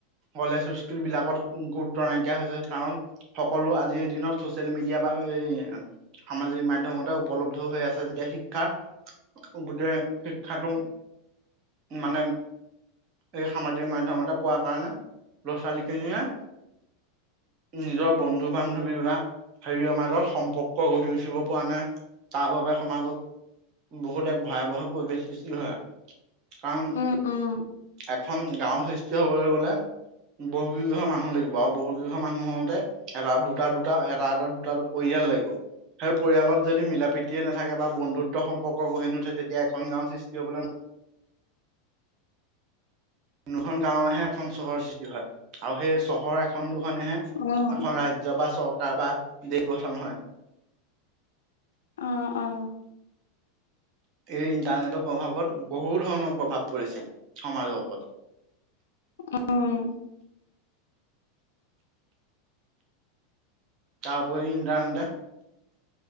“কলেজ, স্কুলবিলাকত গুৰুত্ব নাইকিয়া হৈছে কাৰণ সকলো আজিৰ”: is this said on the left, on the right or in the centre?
Right